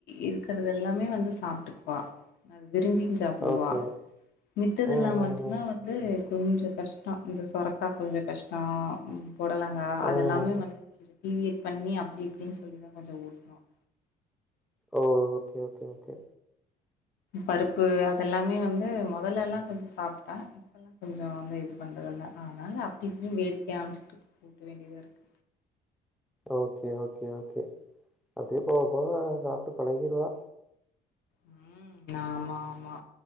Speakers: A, on the left (about 70°); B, in the centre.
A: இருக்கு இது எல்லாமே வந்து சாப்பிட்டுக்குவா அது விரும்மீன் சாப்பிடுவா
B: ஓகே.
A: மித்ததுெல்லாம்
B: ம்.
A: மட்டும்தான்
B: ம். ம்.
A: வந்து கொஞ்சம் கஷ்டம் இந்த சொரக்கா கொஞ்சம் கஷ்டம் புடலங்கா அததுெல்லாமே
B: ம்.
A: வந்து கொஞ்சம் டிவியேட் பண்ணி அப்படி இப்படின்னு சொல்லிதான் கொஞ்சம் ஊட்டணும்
B: ஓ! ஓகே ஓகே ஓகே
A: பருப்பு அதெல்லாமே வந்து முதல்ல எல்லாம் கொஞ்சம் சாப்பிடா இப்பல்லாம் கொஞ்சம் வந்து இது பண்றத இல்லலை அதனால அப்படி இப்படியும் வேடிக்க அமைச்சுக்கிட்டுக்கு உட்ட வேண்டியதா இருக்கு
B: ஓகே ஓகே ஓகே அதே போகபோக சாப்டு பழகிறவா
A: உம் ஆமா ஆமா